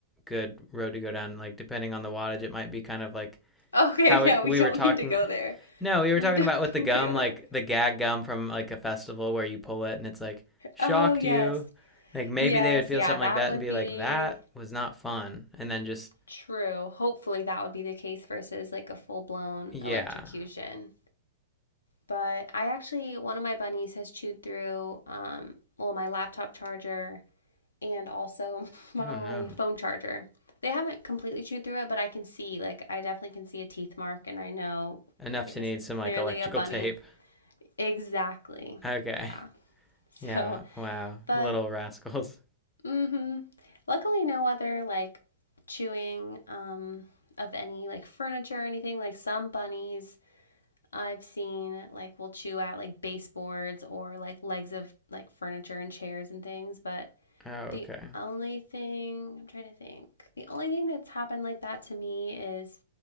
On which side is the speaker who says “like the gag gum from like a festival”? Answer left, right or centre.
Centre